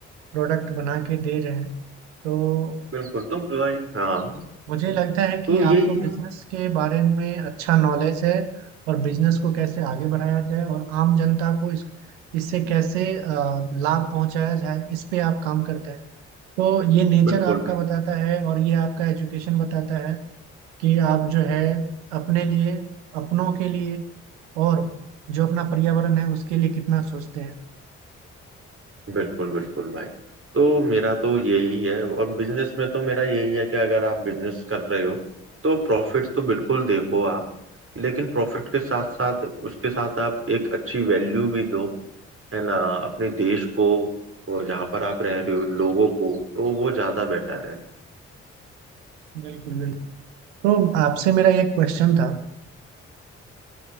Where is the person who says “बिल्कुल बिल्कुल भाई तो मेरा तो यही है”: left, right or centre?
Right